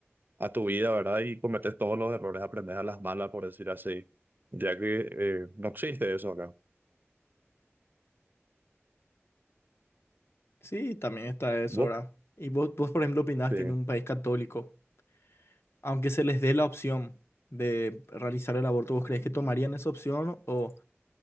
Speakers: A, on the right; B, on the left.
A: a tu vida, ¿verdad? Y cometes todos los errores, aprendes a las malas, por decir así, ya que eh, no existe eso acá.
B: Sí, también está eso,
A: Vos,
B: ¿verdad? Y vos, vos, por ejemplo, opinás
A: eh,
B: que en un país católico, aunque se les dé la opción de realizar el aborto, ¿vos crees que tomarían esa opción o,